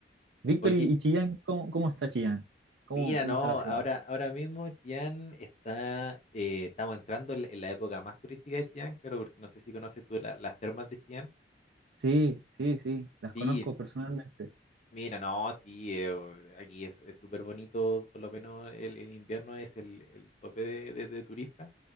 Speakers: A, on the right; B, on the left.
A: Víctor
B: Oye,
A: y, y Chillán, ¿cómo, cómo está Chillán? ¿Cómo,
B: mira,
A: cómo
B: no,
A: está la ciudad?
B: ahora, ahora mismo Chillán está, eh, estamos entrando en, la en la época más turística de Chillán, claro, porque no sé si conoces tú la- las termas de Chillán.
A: Sí, sí, sí, las
B: Sí,
A: conozco personalmente.
B: Mira, no, sí, eh, aquí es es súper bonito, por lo menos el, el invierno es el, el tope de, de- de turistas.